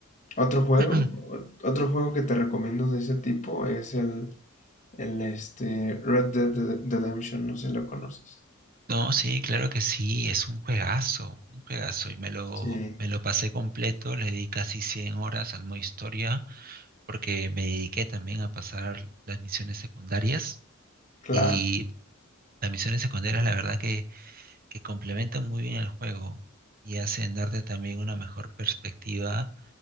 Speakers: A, on the left (about 35°); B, on the right (about 45°).
A: otro juego,
B: <clears throat>
A: otro juego que te recomiendo de ese tipo es el el este, Red Dead Redemption, no sé si lo conoces.
B: No, sí, claro que sí, es un juegazo, un juegazo. Y me lo,
A: Sí,
B: me lo pasé completo, le di casi 100 horas al modo historia, porque me dediqué también a pasar las misiones secundarias.
A: claro.
B: Y las misiones secundarias, la verdad que, que complementan muy bien el juego y hacen darte también una mejor perspectiva